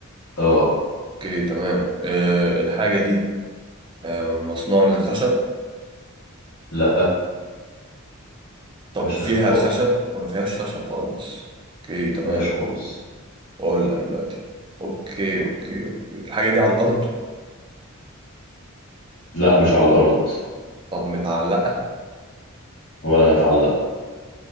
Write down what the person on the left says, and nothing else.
اه
لا ما
فيهاش
خشب خالص
ما
فيهاش خالص
لا مش على الارض
ولا متعلقة